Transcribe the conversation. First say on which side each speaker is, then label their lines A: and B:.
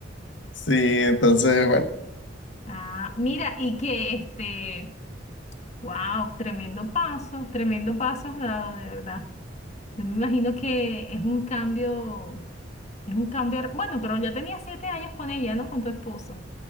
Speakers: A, on the left; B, on the left.
A: Sí, entonces, bueno.
B: Ah, mira, y que este, wow, tremendo paso, tremendo paso has dado, de verdad. Yo me imagino que es un cambio, es un cambio, bueno, pero ya tenía siete años con ella, ¿no? Con tu esposa.